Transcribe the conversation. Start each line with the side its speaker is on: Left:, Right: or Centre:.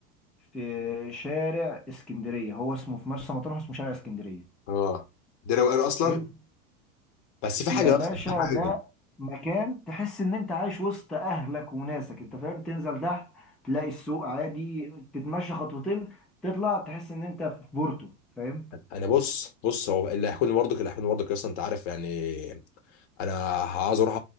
Centre: في شارع اسكندرية هو اسمه في مرسى مطروح اسمه شارع اسكندرية
Left: اه ده روقان اصلا
Centre: حلو
Left: بس في
Centre: يا
Left: حاجه
Centre: باشا
Left: اصلا في حاجه
Centre: ده مكان تحس ان انت عايش وسط اهلك وناسك انت فاهم تنزل تحت تلاقي السوق عادي تتمشى خطوتين تطلع تحس ان انت في بورتو فاهم
Left: انا بص بص هو اللي هيحكوني برضك اللي هيحكوني برضك اصلا انت عارف يعني انا عاوز اروح